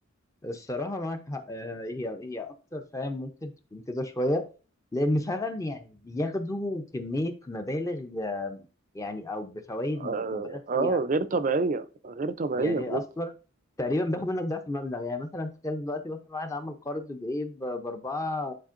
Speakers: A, on the left; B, on the right.
A: الصراحه معاك حق آه، هي هي اكتر فاهم ممكن تكون كده شويه لان فعلا يعني بياخدوا كميه مبالغ يعني او بفوائد
B: آه,
A: مبالغ فيها
B: آه غير طبيعية غير طبيعية
A: يعني
B: بجد
A: اصلا تقريبا بياخد منك ضعف المبلغ يعني مثلا تخيل دلوقتي مثلا واحد عمل قرض بايه ب- باربعة